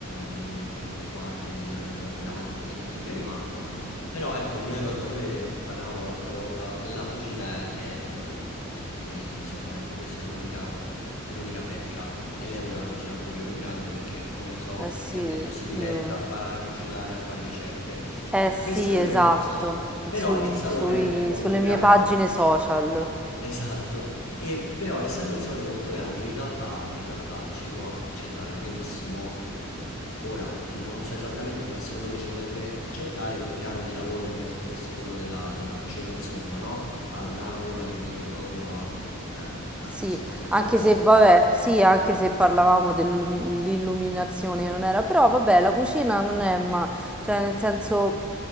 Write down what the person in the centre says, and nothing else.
Eh sì,
io...
Eh sì,
esatto,
sul-
sui-
sulle
mie pagine social.
Sì,
anche
se vabbè,
sì, anche se parlavamo dell'illuminazione non era, però vabbè, la cucina non è ma cioè nel senso